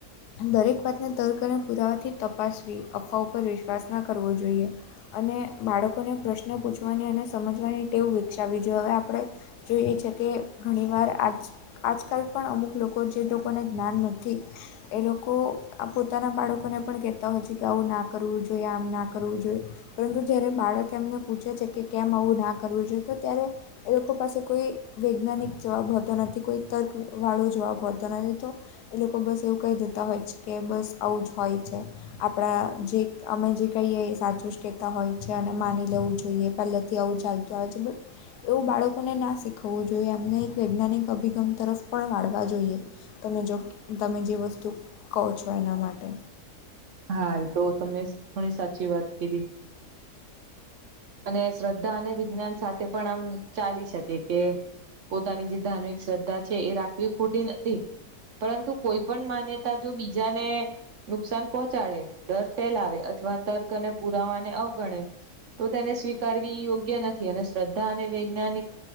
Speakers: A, on the left; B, on the right.
A: દરેક વાતને તર્ક અને પુરાવાથી તપાસવી અફવા ઉપર વિશ્વાસ ના કરવો જોઈએ. અને બાળકોને પ્રશ્ન પૂછવાની અને સમજવાની ટેવ વિકસાવી જોઈએ હવે આપણે જોઈએ છે કે ઘણી વાર આજ આજકાલ પણ અમુક લોકો જે લોકોને જ્ઞાન નથી એ લોકો આ પોતાના બાળકોને પણ કહેતા હોય છે કે આવું ના કરવું જોઈએ, આમ ના કરવું જોઈએ. પરંતુ જ્યારે બાળક એમને પૂછે છે કે કેમ આવું ના કરવું જોઈએ તો ત્યારે એ લોકો પાસે કોઈ વૈજ્ઞાનિક જવાબ હોતો નથી કોઈ તર્ક વાળો જવાબ હોતો નથી તો એ લોકો બસ એવું કહી દેતા હોય કે બસ આવું જ હોય છે. આપણા જે અમે જે કહીએ એ સાચું જ કહેતા હોય છે અને માની લેવું જોઈએ પહેલાથી આવું ચાલતું આવે છે બટ એવું બાળકોને ના શીખવવું જોઈએ એમને એક વૈજ્ઞાનિક અભિગમ તરફ પણ વાડવા જોઈએ. તમે જો તમે જે વસ્તુ કહો છો એના માટે.
B: હા એ તો તમે ઘણી સાચી વાત કીધી. અને શ્રદ્ધા અને વિજ્ઞાન સાથે પણ આમ ચાલી શકે કે પોતાની જે ધાર્મિક શ્રદ્ધા છે એ રાખવી ખોટી નથી પરંતુ કોઈ પણ માન્યતા જો બીજાને નુકસાન ચાડે ડર ફેલાવે અથવા તર્ક અને પુરાવાને અવગણે તો તેને સ્વીકારવી યોગ્ય નથી અને શ્રદ્ધા અને વૈજ્ઞાનિક